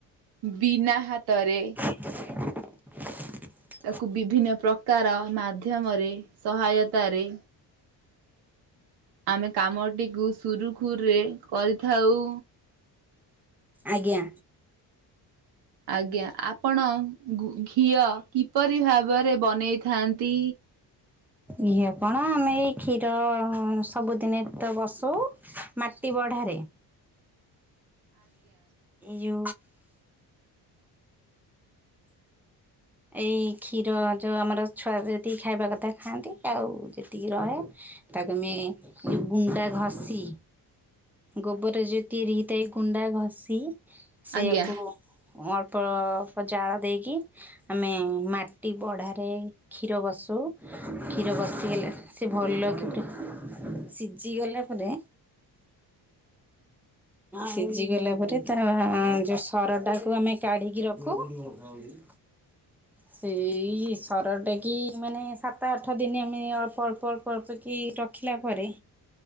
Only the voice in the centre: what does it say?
<inaudible>
ଆଜ୍ଞା
ଇଏ କଣ ଆମେ ଏଇ କ୍ଷୀର ସବୁଦିନେ ତ ବସଉ ମାଟି ବଢାରେ।
ୟୁ ଏଇ କ୍ଷୀର ଯୋଉ ଆମର ଛୁଆ ଯେତିକି ଖାଇବା କଥା ଖାଆନ୍ତି। ଆଉ ଯେତିକି ରହେ ତାକୁ ଆମେ ଗୁଣ୍ଡା ଘଷି। ଗୋବରରେ ଯ ତିଆରି ହେଇଥାଏ ଗୁଣ୍ଡା ଘଷି ସେଆକୁ
ଅଳ୍ପ ଅଳ୍ପ ଜାଳ ଦେଇକି ଆମେ ମାଟି ବଢ଼ାରେ କ୍ଷୀର ବସଉ କ୍ଷୀର ବସିଗଲେ ସେ ଭଲକି ସିଝିଗଲା ପରେ ସିଝିଗଲା ପରେ ତାର ଯୋଉ ସରଟାକୁ ଆମେ କାଢିକି ରଖୁ। ହଉ <inaudible> ସେଇ ସରଟେ କି ମାନେ ସାତ ଆଠ ଦିନ ଆମେ ଅଳ୍ପ ଅଳ୍ପ ଅଳ୍ପ ଅଳ୍ପ କି ରଖିଲା ପରେ।